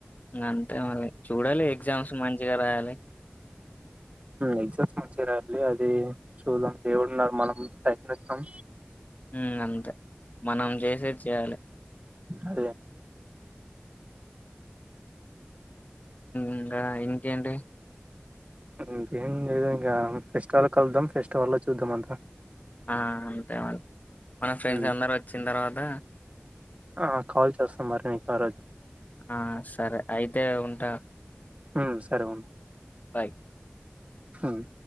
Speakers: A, on the left; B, on the right.
A: ఇంగ అంతే మళ్ళీ చూడాలి ఎగ్జామ్స్ మంచిగా రాయాలి
B: ఎగ్జామ్స్ మంచిగా రాయలి అది చూదాం దేవుడు ఉన్నారు మనం ప్రయత్నిస్తాం
A: ఉ అంతే మనం చేసేది చేయాలే
B: అదే
A: ఇంక ఇంకేంటి
B: ఇంకేం లేదు ఇంకా ఫెస్టివల్ కలుదాం ఫెస్టివల్ లో చూద్దాం అంతా
A: ఆ అంతే మన ఫ్రెండ్స్
B: ఉమ్,
A: అందరూ వచ్చిన తర్వాత
B: ఆ కాల్ చేస్తా మరి మీకు ఆ రోజు
A: ఆ సరే అయితే ఉంటా
B: ఉ సరే ఉం
A: బాయ్
B: సయ